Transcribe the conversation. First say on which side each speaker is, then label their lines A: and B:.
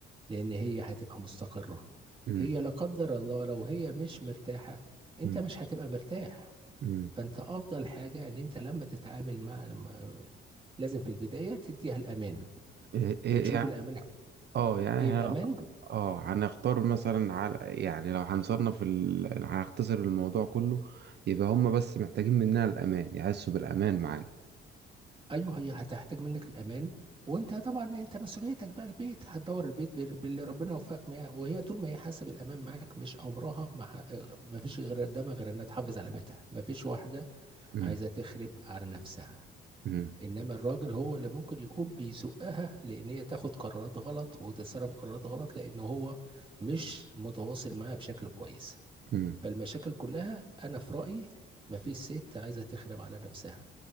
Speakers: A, on the right; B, on the right.
A: لان هي هتبقى مستقرة
B: مم.
A: هي لا قدر الله لو هي مش مرتاحة انت
B: مم.
A: مش هتبقى مرتاح
B: مم.
A: فانت افضل حاجة ان انت لما تتعامل مع لما لازم في البداية تديها الامان
B: ايه إيه إيه،
A: وتشوف
B: يعني
A: الامان
B: اه يعني
A: ايه الامان
B: إحنا- اه هنختار مثلا على يعني لو هنصنف ال... هنختصر الموضوع كله يبقى هم بس محتاجين مننا الامان يحسوا بالامان معانا
A: ايوه هي هتحتاج منك الامان وانت طبعا انت مسؤوليتك بقى البيت هتدور البيت بال- باللي ربنا وفقك معاه وهي طول ما هي حاسه بالامان معاك مش امرها ما ما فيش غير قدامها غير انها تحافظ على بيتها ما فيش واحده
B: مم.
A: عايزه تخرب على نفسها
B: مم.
A: انما الراجل هو اللي ممكن يكون بيزقها لان هي تاخد قرارات غلط وتتصرف قرارات غلط لان هو مش متواصل معاها بشكل كويس
B: مم.
A: فالمشاكل كلها انا في رايي مفيش ست عايزه تخدم على نفسها